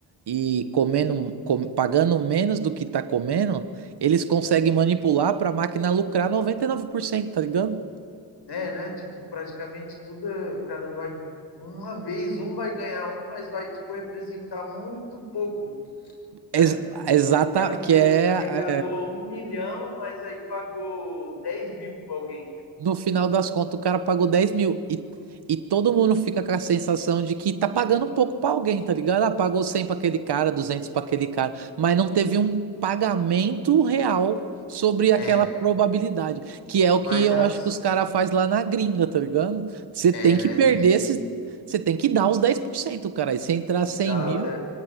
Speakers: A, on the right (about 65°); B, on the left (about 65°).
A: e comendo, com- pagando menos do que tá comendo, eles conseguem manipular para a máquina lucrar 99%. tá ligado?
B: É, né? Tipo, praticamente tudo, é, o cara vai. Uma vez um vai ganhar um, mas vai, tipo, representar muito pouco, né?
A: Ex- exata,
B: Tipo, o cara pe-
A: que é
B: arrecadou um milhão, mas aí pagou 10 mil pra alguém.
A: No final das contas, o cara pagou 10 mil. E, e todo mundo fica com a sensação de que tá pagando um pouco pra alguém, tá ligado? Ah, pagou 100 pra aquele cara, 200 pra aquele cara. Mas não teve um pagamento real sobre aquela
B: É,
A: probabilidade. Que é o que
B: mas
A: eu
B: assim,
A: acho que os caras faz lá na gringa, tá ligado? Você
B: é,
A: tem
B: né?
A: que perder,
B: Tem que
A: esse- você tem que dar os dez por cento cara. E se entrar 100
B: dar
A: mil,